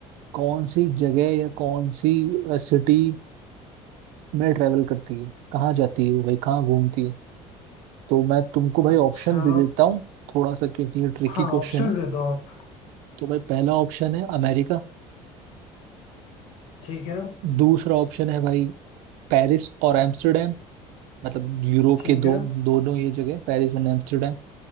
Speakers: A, on the right (about 85°); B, on the left (about 75°).
A: कौन सी जगह या कौन सी सिटी में ट्रेवल करती है कहाँ जाती है वो भाई कहाँ घूमती है तो मैं तुमको भाई
B: अच्छा
A: ऑप्शन दे देता हूँ थोड़ा सा क्योंकि ये ट्रिकी
B: हाँ
A: क्वेश्चन
B: ऑप्शंस
A: है
B: दे दो आप
A: तो भाई पहला ऑप्शन है अमेरिका
B: ठीक है
A: दूसरा ऑप्शन है भाई पेरिस और एम्स्टर्डम मतलब यूरोप
B: ठीक
A: के दो
B: है
A: दोनों ये जगह पेरिस एंड एम्स्टर्डम